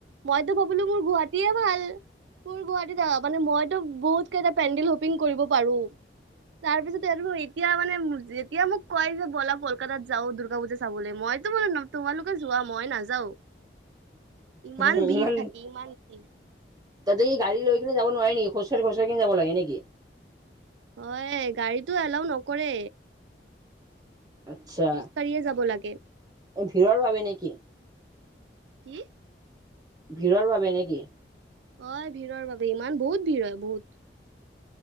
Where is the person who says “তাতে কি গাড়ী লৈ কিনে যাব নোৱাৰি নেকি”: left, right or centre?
Right